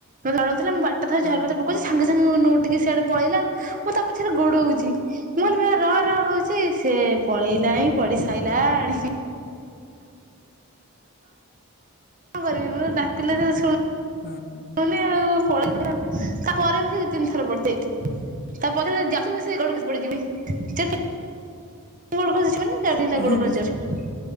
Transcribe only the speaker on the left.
ହଁ।
ହଁ ହଁ।
ହୁଁ।